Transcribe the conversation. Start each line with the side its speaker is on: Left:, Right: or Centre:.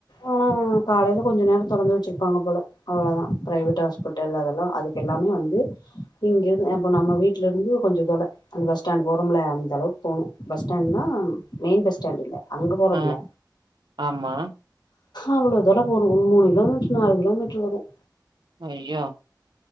Left: ஆனா காலையில கொஞ்ச நேரம் தெறந்து வெச்சுருப்பாங்க போல அவ்ளோதா ப்ரைவேட் ஹாஸ்பிட்டல் அதெல்லா அதுக்கெல்லாமே வந்து இங்கிருந்து இப்போ நம்ம வீட்டிலருந்து கொஞ்ச தோல அந்த பஸ் ஸ்டாண்ட் போறோம்ல அந்த அளவுக்கு போணு பஸ் ஸ்டாண்ட்னா மெயின் பஸ் ஸ்டாண்டு இல்ல அங்க போறோம்ல
Right: ஆஹ் ஆமா
Left: அவ்ளவு தோல போனு மூணு கிலோமீடரு நாலு கிலோமீட்டரு வரும்
Right: அய்யோ